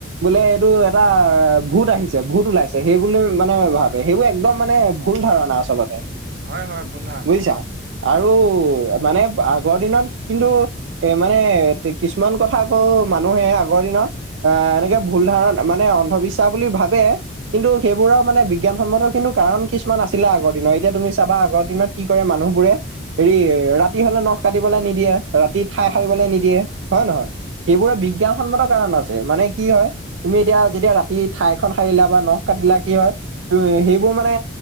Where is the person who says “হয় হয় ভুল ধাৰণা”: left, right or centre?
Right